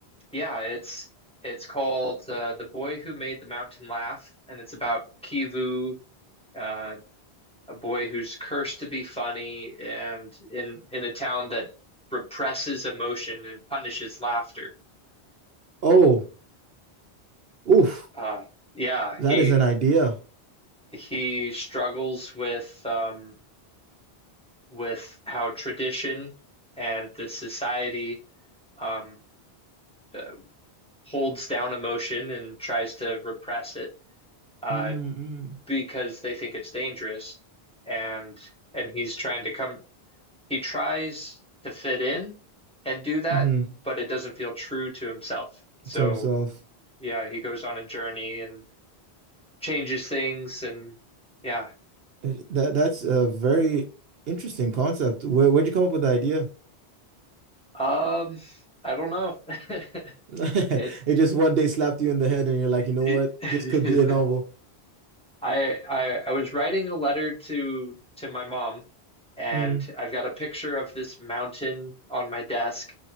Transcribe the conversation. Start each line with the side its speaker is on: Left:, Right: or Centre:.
Centre: Yeah, it's it's called uh, The Boy Who Made the Mountain Laugh, and it's about Kivu, uh, a boy who's cursed to be funny, and in in a town that represses emotion and punishes laughter.
Right: Oh, oof,
Centre: Uh, yeah,
Right: that
Centre: he
Right: is an idea.
Centre: he struggles with um, with how tradition and the society um, uh, holds down emotion and tries to repress it. Uh,
Right: Mm-hmm.
Centre: because they think it's dangerous and and he's trying to come he tries to fit in and do that,
Right: Hmm.
Centre: but it doesn't feel true to himself. So
Right: To himself.
Centre: yeah, he goes on a journey and changes things and yeah.
Right: Uh, That that's a very interesting concept. Where where'd you come up with the idea?
Centre: Um I don't know. <laughs>
Right: <laughs>
Centre: It's
Right: It just one day slapped you in the head and you're like, you know
Centre: it,
Right: what?
Centre: <laughs>
Right: This could be a novel.
Centre: I I I was writing a letter to to my mom and
Right: Mm.
Centre: I've got a picture of this mountain on my desk